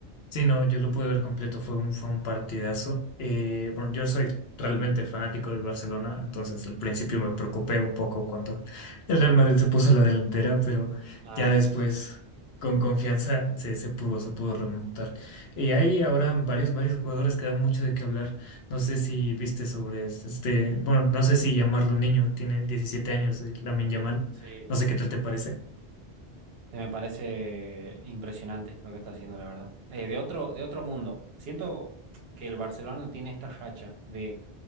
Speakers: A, on the left; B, on the right.
A: Sí, no, yo lo pude ver completo, fue un, fue un partidazo. Eh, bueno, yo soy realmente fanático del Barcelona, entonces al principio me preocupé un poco cuando el Real Madrid se puso a la delantera, pero
B: Ah,
A: ya después
B: sí, sí.
A: con confianza se, se pudo, se pudo remontar. Y hay ahora varios, varios jugadores que dan mucho de qué hablar. No sé si viste sobre este, este- bueno, no sé si llamarlo niño, tiene 17 años, la Lamine Yamal.
B: Sí,
A: No sé qué tal te parece,
B: Me parece impresionante lo que está haciendo, la verdad. Eh, de otro, de otro mundo. Siento que el Barcelona tiene esta racha de